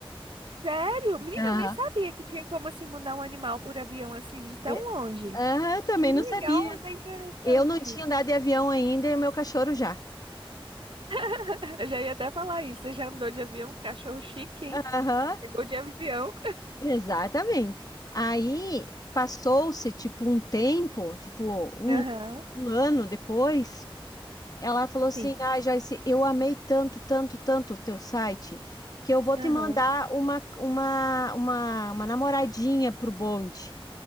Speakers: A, on the right (about 65°); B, on the left (about 40°).
A: Sério? Menina,
B: Aham.
A: eu nem sabia que tinha como assim mandar um animal por avião assim de tão
B: É,
A: longe.
B: Aham, eu também
A: Que legal,
B: não sabia.
A: é interessante.
B: Eu não tinha andado de avião ainda e o meu cachorro já.
A: <laughs> Eu já ia até falar isso. Você já andou de avião? Cachorro chique, hein?
B: Aham,
A: Pegou de avião.
B: exatamente. Aí passou-se tipo um tempo, tipo um,
A: Aham,
B: um ano depois. Ela falou assim:
A: sim.
B: Ah, Joyce, eu amei tanto, tanto, tanto o teu site, que eu vou
A: Aham.
B: te mandar uma, uma, uma, uma namoradinha pro bonde,